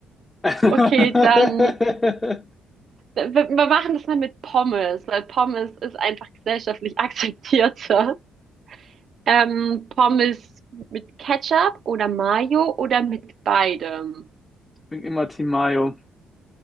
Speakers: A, on the left (about 20°); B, on the right (about 60°).
A: <laughs>
B: Okay, dann. Wir wir machen das mal mit Pommes, weil Pommes ist einfach gesellschaftlich <laughs> akzeptierter. Ähm, Pommes mit Ketchup oder Mayo oder mit beidem?
A: Ich bin immer Team Mayo.